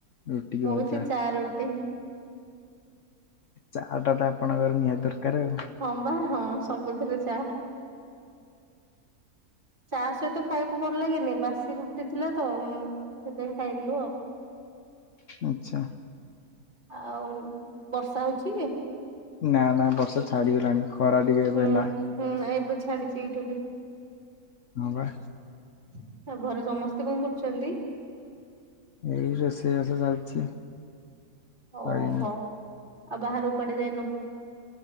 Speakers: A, on the left (about 60°); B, on the right (about 35°).
A: ରୁଟି କି
B: ମୁଁ
A: ଭଜା
B: ବି ସେ ଚା ରୋଟି
A: ଚା ଟା ତ ଆପଣଙ୍କର ନିହାତି ଦରକାର ଆଉ।
B: ହଁ, ବା ହଁ, ସବୁଥିରେ ଚା ଚା ସହିତ ଖାଇବାକୁ ଭଲ ଲାଗେନି, ବାସି ରୁଟି ଥିଲା ତ ସେଥିାଇଁ ଖାଇଥିଲୁ ଆଉ।
A: ଆଚ୍ଛା।
B: ଆଉ ବର୍ଷା ହଉଛି?
A: ନା, ନା ବର୍ଷା ଛାଡ଼ିଗଲାଣି ଖରା ଟିକେ ଏବେ
B: ହୁଁ
A: ହେଲା।
B: ହୁଁ, ଏବେ ଛାଡିଛି ଏଇଠି ବି
A: ହଁ, ବା
B: ତା ଘରେ ସମସ୍ତେ କଣ କରୁଛନ୍ତି?
A: ଏଇ ରୋଷେଇ ବାସ ଚାଲିଛି।
B: ଓହୋ
A: ସରିନି
B: ଆଉ ବାହାରକୁ କୁଆଡେ ଯାଇନୁ।